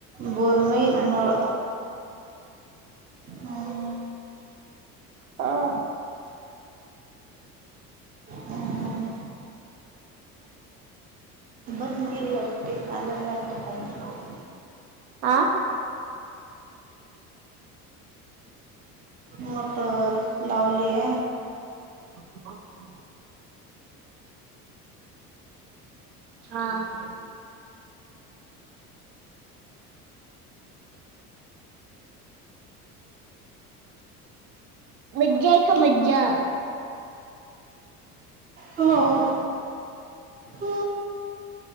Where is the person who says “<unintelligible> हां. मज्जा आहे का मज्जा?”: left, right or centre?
Right